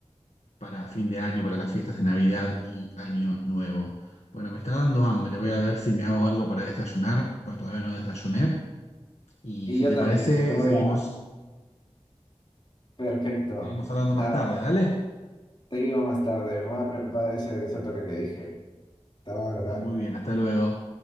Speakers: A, on the left; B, on the left.
A: para fin de año, para las fiestas de Navidad y Año Nuevo. Bueno, me está dando hambre, voy a ver si me hago algo para desayunar, porque todavía no desayuné. Y
B: Y
A: si
B: yo
A: te
B: también,
A: parece,
B: me voy
A: seguimos,
B: a... Perfecto.
A: seguimos hablando
B: Nada,
A: más tarde, ¿dale?
B: seguimos más tarde. Me voy a preparar ese risotto que te dije. Hasta ahora.
A: Ah, Muy bien, hasta luego.